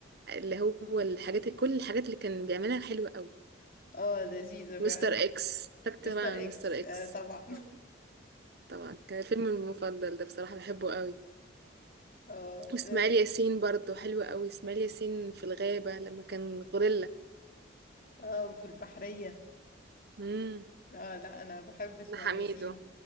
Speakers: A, on the right; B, on the left.
A: اللي هو الحاجات كل الحاجات اللي كان بيعملها حلوة قوي
B: اه لذيذة
A: مستر
B: فعلا
A: اكس
B: <laughs>
A: فاكر
B: مستر
A: طبعا عن
B: اكس
A: مستر اكس
B: آه طبعا
A: طبعا طبعا كان الفيلم المفضل ده بصراحة بحبه قوي
B: <laughs> اه
A: واسماعيل
B: اه
A: ياسين برضه حلو قوي اسماعيل ياسين في الغابة لما كان غوريلا
B: آه، وفي البحرية
A: امم
B: اه لا انا بحب اسماعيل
A: ده حميدو
B: ياسين